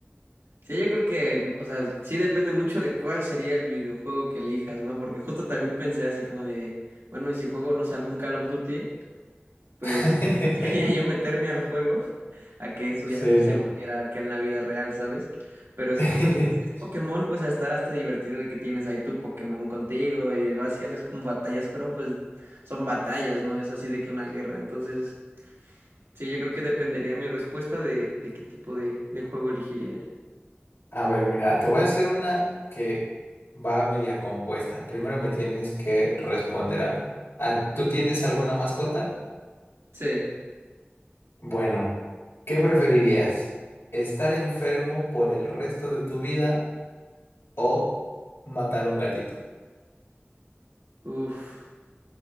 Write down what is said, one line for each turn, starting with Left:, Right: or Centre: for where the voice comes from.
Right: Sí, yo creo que, o sea, sí depende mucho de cuál sería el videojuego que elijas, ¿no? Porque justo también pensé así como de, bueno, y si juego, no sé, algún Call of Duty. pues
Left: <laughs>
Right: <laughs> quería yo meterme al juego <laughs> a que eso
Left: Sí,
Right: ya se
Left: ¿no?
Right: volviera acá en la vida real, ¿sabes? Pero así
Left: <laughs>
Right: como dices, si es Pokémon, pues a estar hasta divertido de que tienes ahí tu Pokémon contigo y vas y haces como batallas, pero pues son batallas, ¿no? Es así de que una guerra. Entonces, sí, yo creo que dependería mi respuesta de, de qué tipo de, de juego elegiría.
Left: A ver, mira, te voy a hacer una que va media compuesta. Primero me tienes que responder algo. Ah, ¿Tú tienes alguna mascota?
Right: Sí,
Left: Bueno, ¿qué preferirías? ¿Estar enfermo por el resto de tu vida o matar a un gatito?
Right: uff.